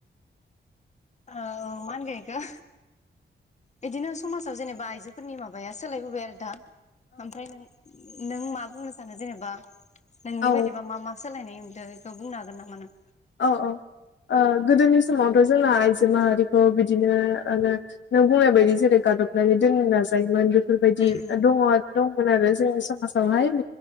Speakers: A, on the left; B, on the left.
A: औ मा होनगोन बेखौ बिदिनो समाजाव जेनेबा आइजोफोरनि माबाया सोलायबोबाय आरो दा। ओमफ्राय नों नों मा बुंनो सानो जेनेबा नोंनि
B: औ
A: बायदिबा मा मा सोलायनाय नुदों बेखौ बुंनो हागोन नामा नों?
B: औ औ ओं गोदोनि समावथ' जोंना आइजो माहारिखौ बिदिनो ओं नों बुंनाय बायदि जेरै गादबनानै दोननो नाजायोमोन। बेफोरबायदि
A: उम
B: दङ दंमोन आरो। जोंनि समाजावहाय